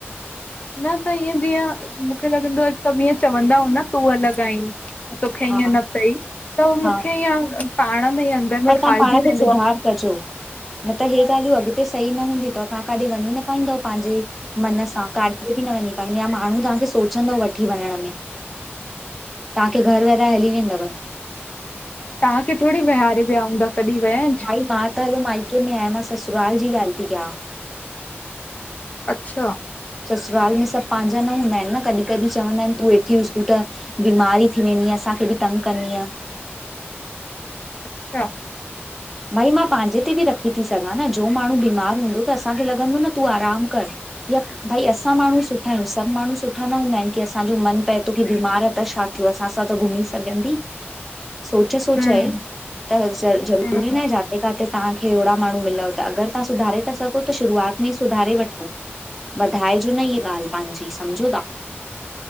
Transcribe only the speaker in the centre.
हा
हा
पर
तव्हां पाण खे
सुधार
कजो न त हे ॻाल्हियूं अॻितेही न सही न हूंदीूयूं त तव्हां काॾे वञी न पाईंदव पंहिंजे मन सां काॾे बि न वञी पाईंदी माण्हू तव्हांखे सोचंदो वठी वञण में तव्हांखे घर वेहिराए हली वेंदव
भाई
मां त हलो माइके में आहियां मां ससुराल जी ॻाल्हि थी कयां।
ससुराल में सभु पंहिंजा न हूंदा आहिनि न कॾहिं -कॾहिं चवंदा आहिनि तूं वेठी हु त बीमारी थी वेंदी आहे असांखे बि तंग कंदीय।
भई मां पंहिंजे ते बि रखी थी सघां न जो माण्हू बीमार हूंदो त असांखे लॻंदो न तूं आराम कर। या भई असां माण्हू सुठा आहियूं सभु माण्हू सुठा न हूंदा आहिनि की असांजो मन पए थो की बीमार आहे त छा यो असां सां त घुमी सघंदी सोच -सोच
आहे त ज़रूरु
जाथे किथेतहांखे अहिड़ा माण्हू मिलव त अगर तवां सुधारे था सघो त शुरूआत में ई सुधारे वठो वधाइजो न इहा ॻाल्हि पंहिंजी समझो था।